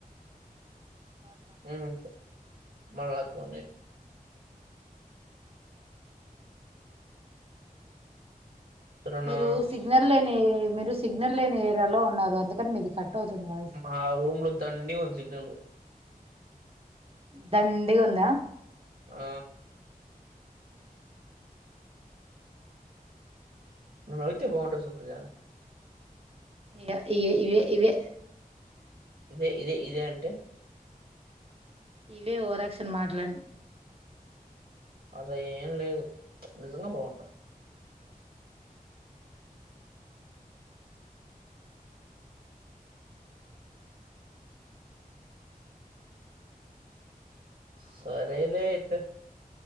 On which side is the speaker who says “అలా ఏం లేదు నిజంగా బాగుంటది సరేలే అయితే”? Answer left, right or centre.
Right